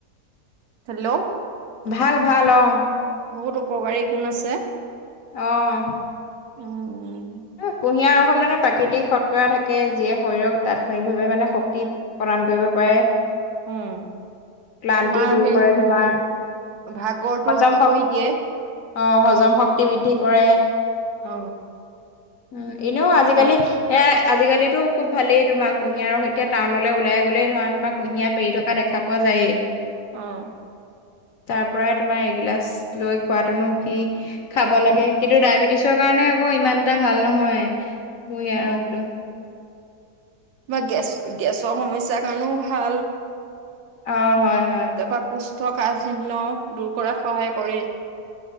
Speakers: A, on the right (about 70°); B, on the left (about 65°).
A: হেল্ল'
B: ভাল ভাল অঁ
A: বহুত উপকাৰী গুণ আছে।
B: অঁ
A: উম
B: কুঁহিয়াৰ ৰসত মানে প্ৰাকৃতিক শৎকৰা থাকে যিয়ে শৰীৰক তাৎক্ষণিকভাৱে মানে শক্তি- প্ৰদান কৰিব পাৰে।
A: উম
B: ক্লান্তি
A: তোমাৰ
B: দূৰ
A: সেই
B: কৰে, তোমাৰ
A: ভাগৰটো
B: হজম
A: দূৰ
B: শ-
A: কৰি দিয়ে।
B: অ হজম শক্তি বৃদ্ধি কৰে।
A: অ
B: উম এনেও আজিকালি
A: অ
B: এ আজিকালিতো- খুব ভালেই তোমাৰ কুঁহিয়াৰ ৰস এতিয়া টাউনলৈ ওলাই গ'লেই ধৰা তোমাৰ কুঁহিয়াৰ পেৰি থকা দেখা পোৱা যায়েই।
A: অঁ
B: তাৰ পৰাই তোমাৰ এগিলাচ লৈ খোৱাতোনো কি- খাব লাগে কিন্তু ডায়বেটিছৰ কাৰণে আকৌ ইমান এটা ভাল নহয় কুহিয়াৰ
A: অ
B: ৰসটো।
A: বা গেছ গেছৰ সমস্যাৰ কাৰণেও ভাল।
B: অ হয় হয়।
A: তাৰপৰা কুষ্ঠ কাহ চিহ্ন দূৰ কৰাত সহায় কৰে।